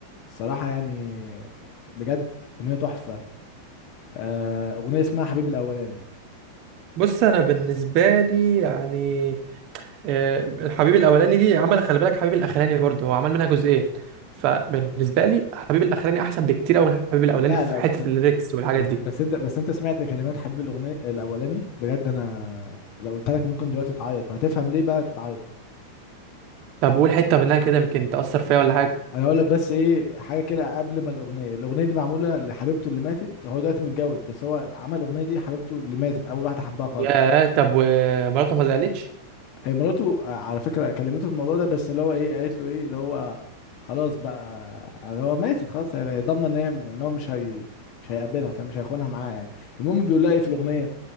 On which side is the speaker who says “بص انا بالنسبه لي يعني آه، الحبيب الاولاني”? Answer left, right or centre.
Right